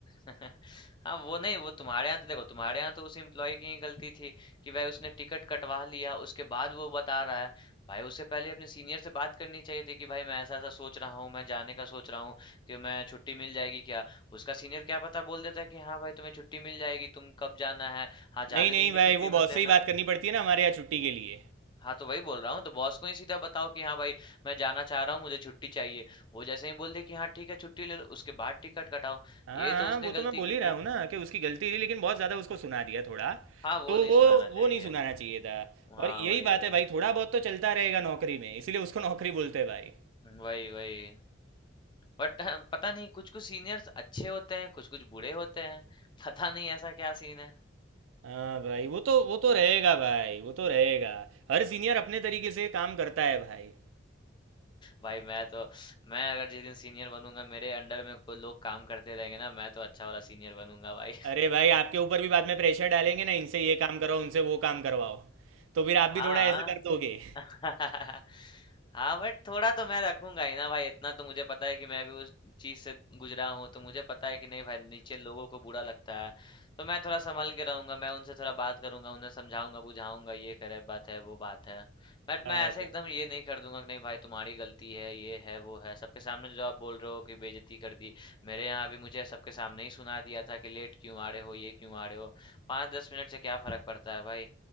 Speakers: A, on the left (about 25°); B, on the right (about 85°).
A: <laughs> हाँ, वो नहीं वो तुम्हारे यहाँ तो देखो तुम्हारे यहाँ तो उस एम्प्लॉय की ही गलती थी कि भाई उसने टिकट कटवा लिया उसके बाद वो बता रहा है भाई उससे पहले अपने सीनियर से बात करनी चाहिए थी कि भाई मैं ऐसा ऐसा सोच रहा हूँ मैं जाने का सोच रहा हूँ कि मैं छुट्टी मिल जाएगी क्या उसका सीनियर क्या पता बोल देता है कि हाँ भाई तुम्हें छुट्टी मिल जाएगी तुम कब जाना है हाँ
B: नहीं
A: ज्यादा
B: नहीं
A: दिन की
B: भाई
A: छुट्टी
B: वो बॉस
A: मत लेना
B: से ही बात करनी पड़ती है ना हमारे यहाँ छुट्टी के लिए
A: हाँ तो वही बोल रहा हूँ तो बॉस को ही सीधा बताओ कि हाँ भाई मैं जाना चाह रहा हूँ मुझे छुट्टी चाहिए वो जैसे ही बोल दे कि हाँ ठीक है छुट्टी ले लो उसके बाद टिकट कटाओ
B: हाँ
A: ये तो
B: हाँ
A: उसने
B: वो
A: गलती
B: तो मैं बोल
A: की
B: ही
A: थी
B: रहा हूँ ना कि उसकी गलती थी लेकिन बहुत ज़्यादा उसको सुना दिया थोड़ा
A: हाँ वो
B: तो
A: नहीं
B: वो
A: सुनाना
B: वो
A: चाहिए
B: नहीं सुनाना चाहिए था
A: हाँ
B: और यही
A: वही
B: बात
A: वही
B: है भाई थोड़ा बहुत तो चलता रहेगा नौकरी में इसीलिए उसको नौकरी बोलते हैं भाई
A: वही वही बट <laughs> पता नहीं कुछ कुछ सीनियर्स अच्छे होते हैं कुछ कुछ बुरे होते हैं पता नहीं ऐसा क्या सीन है
B: हाँ भाई वो तो वो तो रहेगा भाई वो तो रहेगा हर सीनियर अपने तरीके से काम करता है भाई
A: भाई मैं तो मैं अगर जिस दिन सीनियर बनूंगा मेरे अंडर में को लोग काम करते रहेंगे ना मैं तो अच्छा वाला सीनियर बनूंगा भाई
B: अरे भाई आपके ऊपर भी बाद में प्रेशर डालेंगे ना इनसे ये काम करो उनसे वो काम करवाओ तो फिर आप भी
A: हाँ
B: थोड़ा ऐसे कर दोगे
A: <laughs> हाँ बट थोड़ा तो मैं रखूंगा ही ना भाई इतना तो मुझे पता है कि मैं भी उस चीज से गुजरा हूँ तो मुझे पता है कि नहीं भाई नीचे लोगों को बुरा लगता है तो मैं थोड़ा संभल के रहूंगा मैं उनसे थोड़ा बात करूंगा उन्हें समझाऊंगा बुझाऊंगा ये करे बात है वो बात है बट
B: अच्छा
A: मैं ऐसे एकदम ये नहीं कर दूंगा कि नहीं भाई तुम्हारी गलती है ये है वो है सबके सामने जो आप बोल रहे हो कि बेइज्जती कर दी मेरे यहाँ भी मुझे सबके सामने ही सुना दिया था कि लेट क्यों आ रहे हो ये क्यों आ रहे हो पाँच दस मिनट से क्या फर्क पड़ता है भाई